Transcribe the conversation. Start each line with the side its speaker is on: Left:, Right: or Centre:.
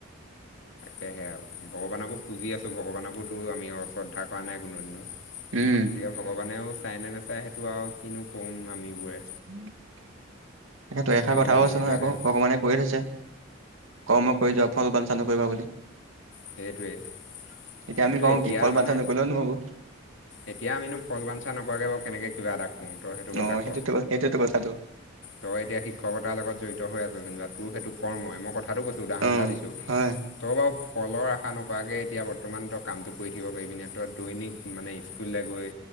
Left: সেয়েহে আৰু ভগৱানকো পুজি আছোঁ ভগৱানকো তো আমি শ্ৰদ্ধা কৰা নাই কোনোদিনো। গতিকে
Right: উম
Left: ভগৱানেও চাই নে নেচায় সেইটো আৰু কিনো কম আমিবোৰে।
Right: <inaudible> তাকেতো এষাৰ
Left: আমি
Right: কথাও
Left: নিমিত্তহে
Right: আছে নহয় আকৌ
Left: অ
Right: ভগৱানে কৈয়ে থৈছে কৰ্ম কৰি যাওক। ফল বাঞ্চা নকৰিবা বুলি
Left: সেইটোৱেই
Right: এতিয়া
Left: কিন্তু
Right: আমি কওঁ
Left: এতিয়া
Right: কি ফল <unintelligible>
Left: মানে
Right: নকৰিলেও নহ'ব।
Left: এতিয়া আমিনো ফল বাঞ্চা নকৰাকৈ বাৰু কেনেকৈ কিবা এটা কৰোঁ তই সেইটো কথা
Right: অ'
Left: ক
Right: সেইটোটো সেইটোটো কথাটো।
Left: তই এতিয়া শিক্ষকতাৰ লগত জড়িত হৈ আছ কিনিব তোৰ সেইটো কৰ্মই মই কথা কথাটো কৈছোঁ উদাহৰণ
Right: অ
Left: এটা দিছোঁ।
Right: হয়
Left: তই বাৰু ফলৰ আশা নকৰাকে এতিয়া বৰ্তমান তই কামটো কৰি থাকিব পাৰিবি নে তই দৈনিক মানে স্কুললৈ গৈ